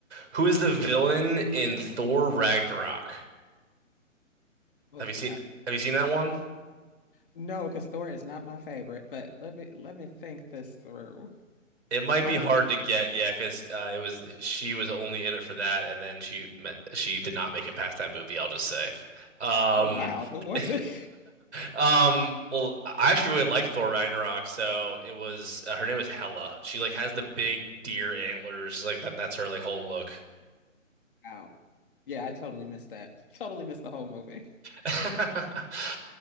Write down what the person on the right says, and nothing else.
Who is the villain in Thor Ragnarok?
Have
you seen Have you seen that one?
It might
be
hard
to get, yeah, because uh, it was she was only in it for that, and then she me- she did not make it past that movie. I'll just say, um,
<laughs>
um, well, I actually really liked Thor Ragnarok, so it was uh, her name is Hela. She like has the big deer antlers, like that. That's her like whole look.
<laughs>